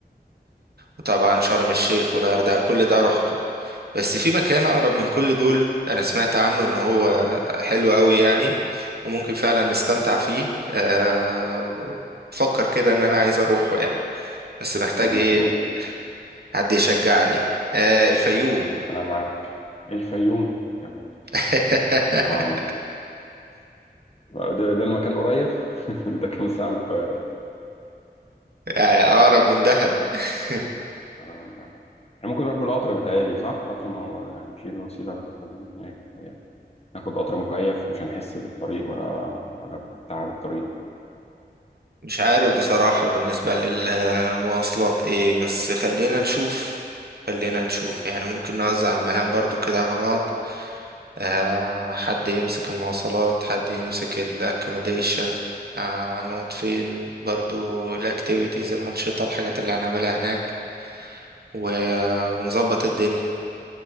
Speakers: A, on the right; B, on the left.
A: وطبعا شرم الشيخ والغردقة كل ده روحته بس في مكان أقرب من كل دول أنا سمعت عنه إن هو حلو أوي يعني وممكن فعلا نستمتع فيه آه، بفكر كده إن أنا عايز أروحه يعني بس محتاج
B: طب ما
A: إيه
B: تقول
A: حد يشجعني آه، الفيوم
B: آه، أنا معاك الفيوم يا بوي
A: <laughs>
B: آه ده, ده المكان قريب <laughs> ده كام ساعة من القاهرة
A: يعني أقرب من دهب <laughs>
B: على من ده احنا ممكن نروح بالقطر بتهيألي صح؟ القطر ما هو يعني في الوسيلة بتودي هناك بتهيألي ناخد قطر مكيف مش هنحس بالطريق ولا ولا بتعب الطريق
A: مش عارف بصراحة بالنسبة للمواصلات إيه بس خلينا نشوف خلينا نشوف يعني ممكن نوزع المهام برضو كده على بعض آه، حد يمسك المواصلات حد يمسك الاكوموديشن آه، هنقعد فين برضو الاكتيفيتيز الانشطه الحاجات اللي هنعملها هناك و... ونظبط الدنيا